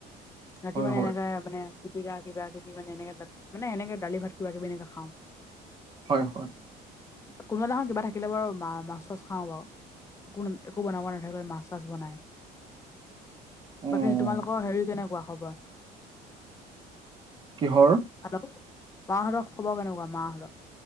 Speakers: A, on the left; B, on the right.
A: ৰাতি
B: হয়,
A: মানে
B: হয়,
A: এনেকাই মানে পিতিকা কিবা কিবি মানে এনেক মানে এনেকে দালি ভাত কিবা কিবি এনেকে খাওঁ।
B: হয় হয়।
A: কোনোবা নহয় কিবা থাকিলে বাৰু মা ছ খাওঁ বা একো একো বনাব নাথাকিলে মাছ চাছ বনাই।
B: উম,
A: বাকী তোমালোকৰ হেৰি কেনেকুৱা খবৰ?
B: কিহৰ?
A: হেল্ল, মাহঁতক খবৰ কেনেকুৱা মাহঁত?